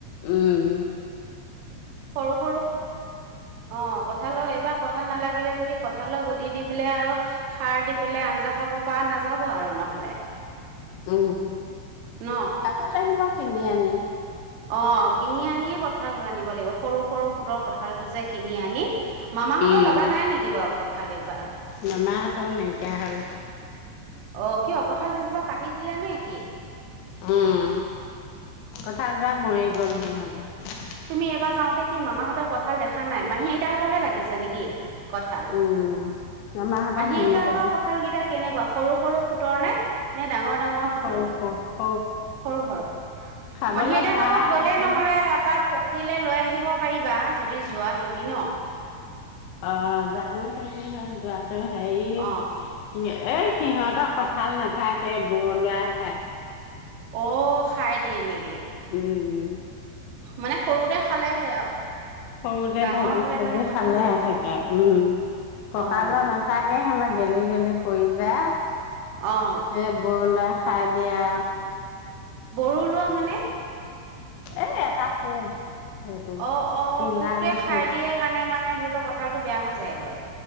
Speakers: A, on the left; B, on the right.
A: উম উ।
B: সৰু সৰু অ কঁঠালৰ এইবাৰ কঁঠাল নালাগিলে যদি- দি কঁঠালৰ গুটি দি পেলাই আৰু সাৰ দি পেলাই আঞ্জা খাব পৰা নাযাব আৰু নহলে।
A: উম।
B: ন
A: খ ভ লাগি মই কিনি আনি -
B: অ কিনি আনিয়ে কঁঠাল আনিব লাগিব সৰু সৰু ফুটৰ কঁঠালটো যে- কিনি আনি- মামাহঁতৰ
A: উম,
B: লগা নাই নেকি বাৰু কঠালি এইবাৰ?
A: মামাহঁতো নাইকিয়া হ'ল।
B: অ কিয় কঁঠাল কেইজোপা- কাটি দিলে নে কি?
A: উম, কঁঠাল যা মৰি গ'ল সিহঁতৰ-
B: তুমি এইবাৰ যাওঁতে কি মামাহঁতৰ কঁঠাল দেখা নাই মাহী এইতাহঁতহে লাগিছে নেকি? কঁঠাল
A: উম, মামাহঁতৰ
B: মাহী
A: মৰি
B: আইতাহঁতৰ
A: গল।
B: কঁঠালকেইটা কেনেকুৱা সৰু সৰু ফুটৰ নে নে ডাঙৰ? ডাঙৰ ফুটৰ
A: হও হও
B: সৰু সৰু
A: খাবলৈ
B: মাহী আইটাহতৰ
A: ভাল
B: ঘৰত গ'লে
A: কিন্তু
B: নহলে এটা প কাইলৈ লৈ আহিব পাৰিবা যদি যোৱা তুমি ন'
A: অ জানো এতিয়া কি হয় যোৱা। হে হেৰি
B: অ'
A: এ সিহঁতৰ কঁঠাল নাথাকে ব' উলিয়াই খাই।
B: অ খাই দিয়ে নি'
A: উম উম <unintelligible>
B: মানে সৰুতে খালেহে আৰু
A: সৰুতে
B: ডাঙৰ
A: ভাজি
B: হ'লে
A: চাজি
B: মানে খাব
A: খালেহে
B: নোৱাৰিব
A: থাকে
B: আৰু
A: উম পকালে
B: অ'
A: নাথাকে সেনে গেলি গেলি পৰি যায়।
B: অ'
A: এ বলা খাই দিয়া
B: বৰলুৱা মানে?
A: এ এটা পোক। সেইটো।
B: অ অ
A: কোলা
B: পোকটোৱে
A: নিচিনা
B: খাই দিয়ে কাণে মানে লওক কঠালতো বেয়া হৈ যায়গৈ